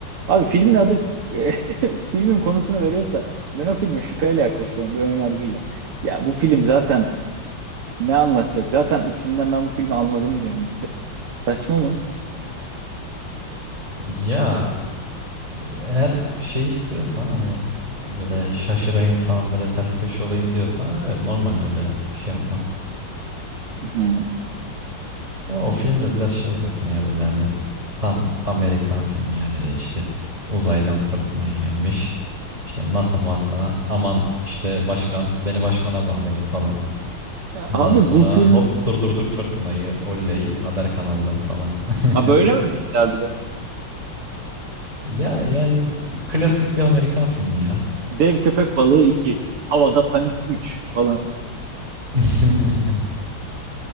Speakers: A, on the right; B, on the right.
A: Abi filmin adı <laughs> filmin konusunu veriyorsa ben o filme şüpheyle yaklaşıyorum bir ön yargıyla. Ya bu film zaten ne anlatacak? Zaten isminden ben bu filmi anladım diyorum mesela. Saçma mı?
B: Ya eğer şey istiyorsan hani böyle şaşırayım falan böyle ters köşe olayım diyorsan evet normal öyle şey yapma.
A: Hı.
B: Ya o film de biraz şey zaten ya böyle hani tam Amerikan filmi yani işte uzaydan fırtına gelmiş. İşte NASA masa aman işte başkan beni başkana bağlayın falan.
A: Ya
B: Ondan
A: abi
B: sonra
A: bu film
B: hop durdurduk fırtınayı oley haber kanalları falan. <laughs>
A: Ha böyle mi bitti harbiden?
B: Ya yani klasik bir Amerikan filmi ya.
A: Dev köpek balığı 2, havada panik 3 falan.
B: <laughs>